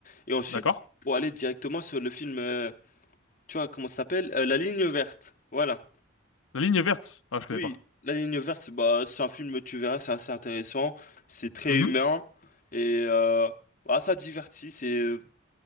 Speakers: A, on the left; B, on the left.
A: Et ensuite,
B: D'accord.
A: pour aller directement sur le film, euh, tu vois, comment ça s'appelle? Euh, La ligne verte. Voilà.
B: La ligne verte. Ah, je connais
A: Oui,
B: pas.
A: La Ligne verte, bah, c'est un film, tu verras, c'est assez intéressant, c'est très
B: Mhm.
A: humain et euh, bah, ça divertit, c'est euh,